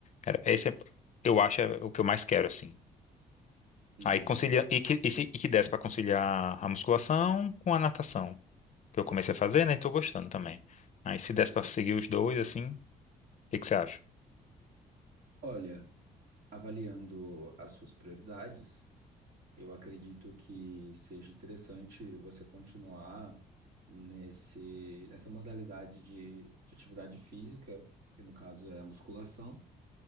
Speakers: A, on the left (about 45°); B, on the right (about 70°).
A: era, esse é, eu acho é o que eu mais quero assim.
B: Hum,
A: Aí conciliar e que, e, se- e que desse pra conciliar a musculação com a natação, que eu comecei a fazer, né, e tô gostando também. Aí se desse pra seguir os dois assim, o que que você acha?
B: Olha, avaliando as suas prioridades, eu acredito que seja interessante você continuar nesse, nessa modalidade de, de atividade física, que no caso é a musculação,